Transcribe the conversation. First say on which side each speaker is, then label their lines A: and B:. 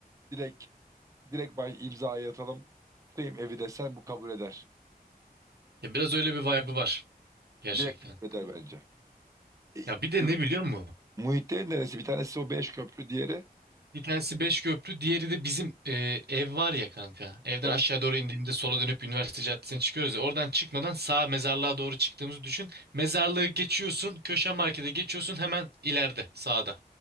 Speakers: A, on the right; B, on the right.
A: direkt direkt baş imzayı atalım. Tutayım evi desen bu kabul eder.
B: Ya biraz öyle bir vibe'ı var gerçekten.
A: Direkt kabul eder bence. E,
B: Ya bir de
A: gö-
B: ne biliyor musun?
A: Muhittin neresi? Bir tanesi o beş köprü, diğeri
B: Bir tanesi Beşköprü, diğeri de bizim e, ev var ya kanka. Evden
A: e,
B: aşağı doğru indiğimde sola dönüp üniversite caddesine çıkıyoruz ya. Oradan çıkmadan sağ mezarlığa doğru çıktığımızı düşün. Mezarlığı geçiyorsun, köşe markete geçiyorsun hemen ileride sağda.